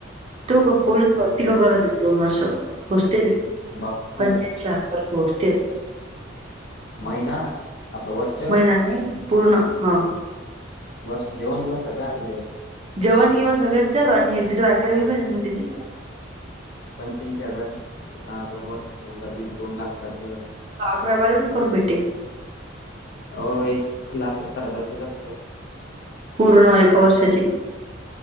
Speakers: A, on the right; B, on the left.
A: तो ग पोलीस भरती करावाय लागेल दोन वर्ष हॉस्टेल
B: बाप्पू
A: पच्याऐशी हजार होस्टेल
B: महिना आपलं वर्ष
A: महिना नाही पूर्ण हा.
B: वर्ष जेवण बेवण सगळं असेल त्याच्यात
A: जेवण गिवन सगळं तिच्यावानी तिची अकॅडमी पण मग तिची
B: पंच्याऐंशी हजार दोन वर्ष समजा दिड दोन लाख जाते
A: कबारी पण करून भेटे
B: हो एक लाख सत्तर हजार रुपये जातो असं
A: पूर्ण एका वर्षाची